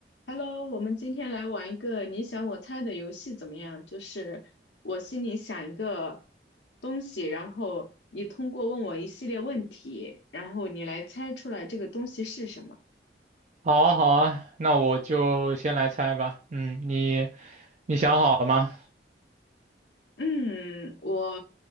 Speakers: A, on the left (about 80°); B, on the right (about 40°).
A: Hello，我们今天来玩一个你想我猜的游戏怎么样？就是我心里想一个东西，然后你通过问我一系列问题，然后你来猜出来这个东西是什么。
B: 好啊，好啊，那我就先来猜吧。嗯，你你想好了吗？
A: 嗯，我